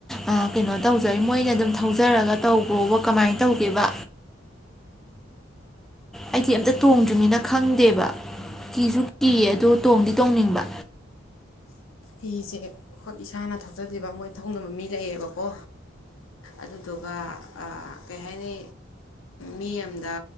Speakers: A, in the centre; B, on the left.
A: ꯑꯥ ꯀꯩꯅꯣ ꯇꯧꯖꯩ ꯃꯣꯏꯅ ꯑꯗꯨꯝ ꯊꯧꯖꯔꯒ ꯇꯧꯕ꯭ꯔꯣꯕ ꯀꯃꯥꯏꯅ ꯇꯧꯒꯦꯕ ꯑꯩꯗꯤ ꯑꯝꯇ ꯇꯣꯡꯗ꯭ꯔꯤꯕꯅꯤꯅ ꯈꯪꯗꯦꯕ ꯀꯤꯁꯨ ꯀꯤꯌꯦ ꯑꯗꯣ ꯇꯣꯡꯗꯤ ꯇꯣꯡꯅꯤꯡꯕ
B: ꯍꯤꯁꯦ ꯑꯩꯈꯣꯏ ꯏꯁꯥꯅ ꯊꯧꯖꯗꯦꯕ ꯃꯣꯏ ꯊꯧꯅꯕ ꯃꯤ ꯂꯩꯌꯦꯕꯀꯣ ꯑꯗꯨꯗꯨꯒ ꯀꯩ ꯍꯥꯏꯅꯤ ꯃꯤ ꯑꯃꯗ